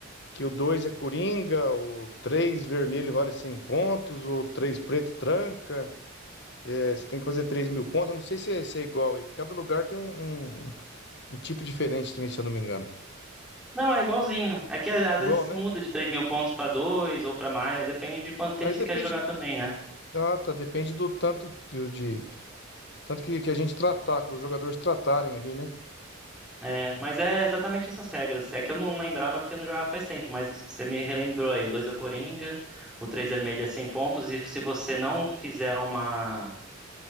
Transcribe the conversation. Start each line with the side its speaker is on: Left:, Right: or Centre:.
Left: que o 2 é coringa, o 3 vermelho vale 100 pontos, o 3 preto tranca. É, você tem que fazer três mil pontos. Eu não sei se é, se é igual aí, que cada lugar tem um, um, um tipo diferente também, se eu não me engano.
Centre: Não, é igualzinho. É que às vezes
Left: Igual, né?
Centre: muda de 3 mil pontos pra 2 ou pra mais, depende de quanto tempo
Left: Aí depende.
Centre: você quer jogar também, né?
Left: Ah, tá, depende do tanto que- de tanto que, que a gente tratar, que os jogadores tratarem ali, né?
Centre: É, mas é exatamente essas regras. É que eu não lembrava porque eu não jogava faz tempo, mas você me relembrou aí. O 2 é o Coringa, o 3 vermelho é 100 pontos, e se você não fizer uma,